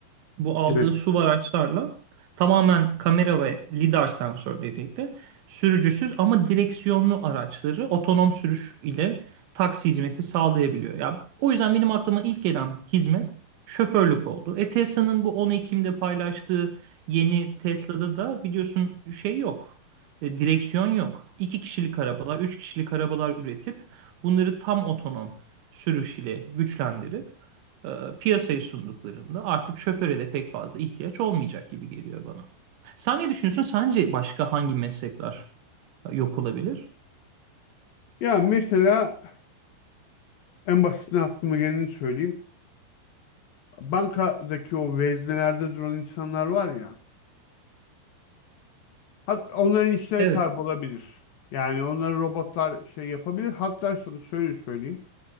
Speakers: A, on the right (about 75°); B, on the left (about 65°).
A: bu aldığı
B: Evet.
A: SUV araçlarla tamamen kamera ve lidar sensörleriyle sürücüsüz ama direksiyonlu araçları otonom sürüş ile taksi hizmeti sağlayabiliyor. Ya o yüzden benim aklıma ilk gelen hizmet şoförlük oldu. E Tesla'nın bu 10 Ekim'de paylaştığı yeni Tesla'da da biliyorsun şey yok. E, direksiyon yok. iki kişilik arabalar, 3 kişilik arabalar üretip bunları tam otonom sürüş ile güçlendirip e, piyasaya sunduklarında artık şoföre de pek fazla ihtiyaç olmayacak gibi geliyor bana. Sen ne düşünüyorsun? Sence başka hangi meslekler e, yok olabilir?
B: Ya mesela en basitinden aklıma geleni söyleyeyim. bankadaki o veznelerde duran insanlar var ya. Hat onların işleri
A: Evet.
B: kaybolabilir. Yani onları robotlar şey yapabilir. Hatta sana şöyle söyleyeyim.